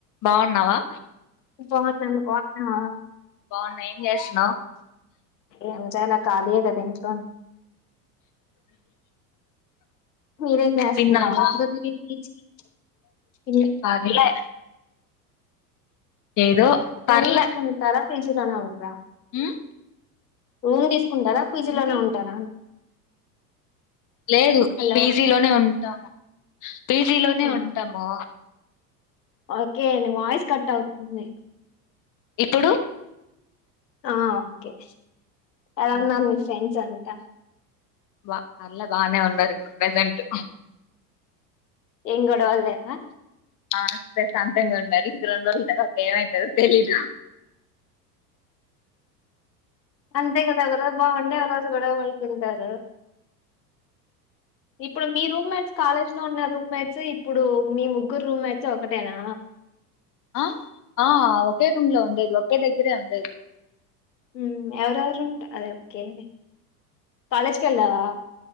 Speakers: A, on the left; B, on the left.
A: బావున్నావా
B: బావున్నా నువ్ బావున్నావా
A: బావున్నా ఏం చేస్తున్నావ్
B: ఏం చేయాల ఖాళీయే కదా ఇంట్లో మీరేం చేస్సున్నారు
A: తిన్నావా
B: ఎట్లుంది మీ పీజీ తిన్నారా
A: పర్లే ఏదో పర్లే
B: రూమ్ తీసుకొనివుంటారా పీజీలోనే ఉంట్రా
A: ఉమ్
B: రూమ్ తీసు కుంటారా పీజీలోనే
A: ఏంది
B: ఉంటారా
A: లేదు
B: హలో
A: పీజీలోనే ఉంటాము పీజీలోనే
B: ఆ
A: ఉంటాము
B: ఓకే అండి వాయిస్ కట్ అవుతుంది
A: ఇప్పుడు
B: ఆ ఓకే అడేమన
A: ఉమ్,
B: మీ ఫ్రెండ్స్ అం తా
A: బా అర్లే బానే ఉన్నారు ఇప్పుడు ప్రజెంట్
B: ఏం గొడవల్లేవా
A: ఆ ప్రశాంతంగా ఉండారు ఇంక రొండు రోజుల్ తర్వాత ఏమైతదో తెలీదు
B: అంతే కదా ఒకరోజు బాగుండే ఒకరోజు గొడవాడుతుంటారు ఇప్ పుడు మీ రూమ్మేట్స్ కాలేజ్ లో ఉన్నారు బ్యాచ్ ఇప్పుడు మీ ముగ్గురు రూమ్మేట్స్ ఒకటేనా
A: అ ఆ ఒకే రూమ్ లో ఉండేది ఒకే దగ్గరే ఉండేది
B: మ్మ్ ఎవరెవరు ఉంట అది ఓకే కాలేజ్ కెళ్ళావా